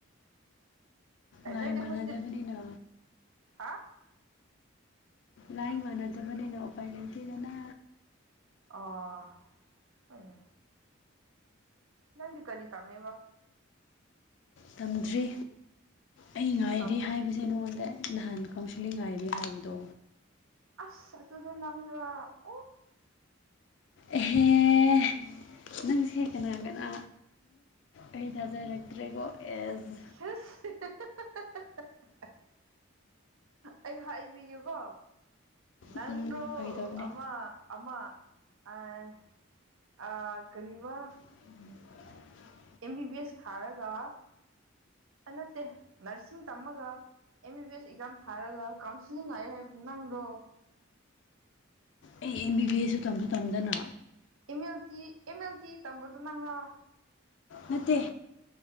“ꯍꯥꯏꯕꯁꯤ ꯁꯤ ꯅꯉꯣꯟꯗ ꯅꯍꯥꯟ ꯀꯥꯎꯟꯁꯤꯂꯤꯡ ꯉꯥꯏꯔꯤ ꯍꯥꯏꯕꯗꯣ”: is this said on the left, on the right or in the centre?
Left